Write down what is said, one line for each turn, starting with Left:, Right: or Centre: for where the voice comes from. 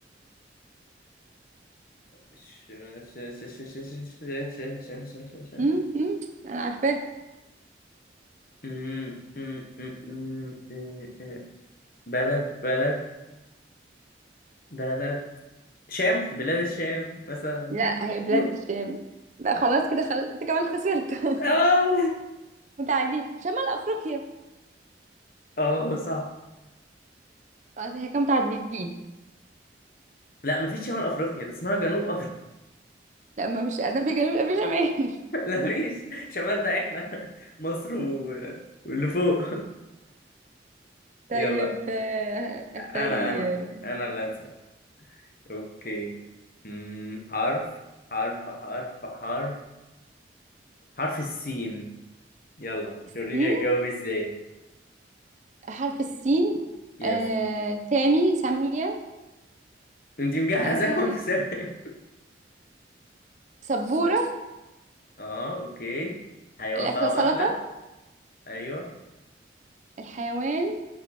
Left: ش... ش... ش... ش... ش... ش... ش... ش... ش... ش... ش...
Right: مم، مم، انا عارفاها
Left: م- م- م- م- م- م- بلد بلد بلد شام بلاد الشام مثلا
Right: لا هي بلاد
Left: <laughs>
Right: الشام لا خلاص كده خلاص انت كمان خسرت <laughs>
Left: اه
Right: متعادلين شمال افريقيا
Left: <laughs> اه صح
Right: خلاص، احنا كده متعادلين
Left: لا مفيش شمال افريقيا ده اسمها جنوب
Right: لا ما فيش ادنى في جنوب لا في شمال
Left: لا مفيش شمال ده احنا مصر و... واللي فوق يلا
Right: طيب آه، اختار
Left: انا
Right: لي
Left: انا
Right: آه،
Left: انا اللي هسأل اوكي أمم، حرف حرف حرف حرف حرف السين يلا
Right: السين
Left: وريني هتجاوب ازاي
Right: حرف السين
Left: يس
Right: آه، سامي سامية
Left: انت مجهزاهم
Right: آه،
Left: <laughs>
Right: سبورة
Left: اه اوكي حيوان
Right: الأكلة
Left: بقى
Right: سلطة
Left: واكله ايوه
Right: الحيوان